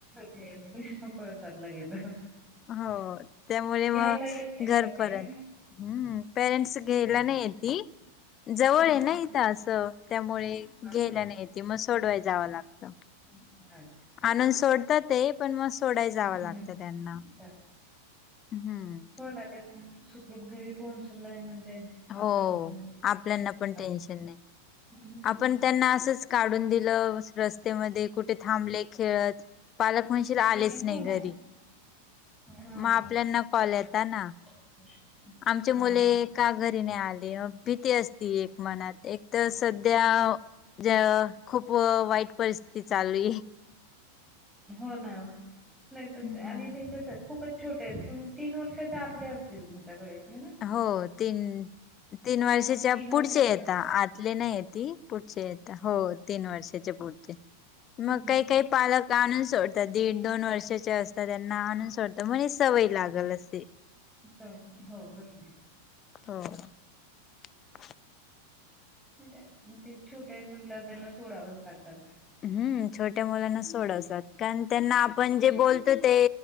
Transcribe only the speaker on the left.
हो त्यामुळे
मग
घरपर्यंत.
हम्म पेरेंट्स घ्यायला नाही येति जवळ
आहे
ना इ तासं त्यामुळे
घ्यायला नाही येते मग सोडवाय जावं लागतं.
आणून सोडतात ते पण म सोडाय जावं
लागतं
त्यांना.
हम्म.
हो
आपल्यांना
पण टेन्शन नाही
आपण त्यांना असच काडून दिलं रस्तेमध्ये कुठे थांबले खेळत पालक म्हणशील आलेच
नाही
घरी
म आपल्यांना कॉल येता ना.
आमचे
मुले का घरी नाही आले अ भीती अस ती एक मनात एक तर सध्याव जय खूप वाईट परिस्थिती चालली.
हम्म,
हो तीन तीन वर्षाच्या पुढचे
येता आतले नाही येती पुढचे येत्या हो. तीन वर्षाचे पुढचे.
मग काही
काही पालक आणून सोडतात दीड दोन वर्षाचे असतात त्यांना आणून सोड ता म्हणे सवय लागल असे.
हो. <inaudible>
हम्म छोट्या मुलांना सोडवसात कारण त्यांना आपण जे बोलतो ते